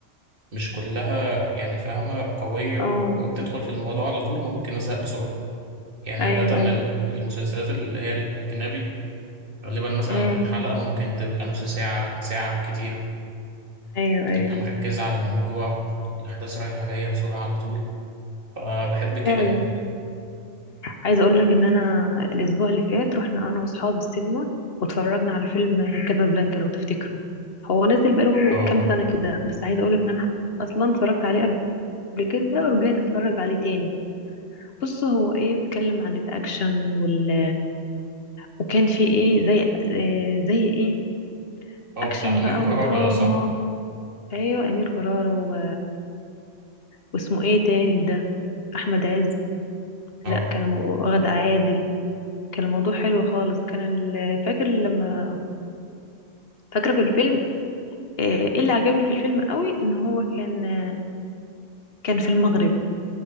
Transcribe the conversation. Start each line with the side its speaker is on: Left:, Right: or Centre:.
Right: مش كلها يعني فاهمة قوية وبتدخل
Left: اه
Right: في الموضوع على طول ممكن أزهق بسرعة يعني
Left: ايوه
Right: عادة ال-
Left: ايوه
Right: المسلسلات اللي هي الأجنبي غالبا مثلا
Left: امم
Right: الحلقة ممكن تبقى نص ساعة ساعة بالكتير
Left: ايوه
Right: وبتبقى
Left: ايوه
Right: مركزة على الموضوع الأحداث رايحة جاية بسرعة على طول فبحب كده
Left: فعلا
Right: يعني
Left: عايزه اقول لك ان انا الاسبوع اللي فات رحنا انا واصحابي السينما واتفرجنا على فيلم كازابلانكا لو تفتكره هو نزل بقاله
Right: اه
Left: كام سنه كده بس عايزه اقول لك ان انا اصلا اتفرجت عليه قبل كده ورجعت اتفرج عليه تاني بص هو ايه بيتكلم عن الاكشن وال... وكان في ايه زي إيه زي ايه
Right: اه
Left: اكشن
Right: بتاع أمير
Left: بقى
Right: كرارة
Left: ودراما
Right: ده صح؟
Left: ايوه امير كرارة و... واسمه ايه تاني ده احمد عز
Right: اه
Left: لا كان المو... غادة عادل كان الموضوع حلو خالص كان ال... فاكر لما فاكره في الفيلم آه، ايه اللي عجبني في الفيلم قوي ان هو كان آه، كان في المغرب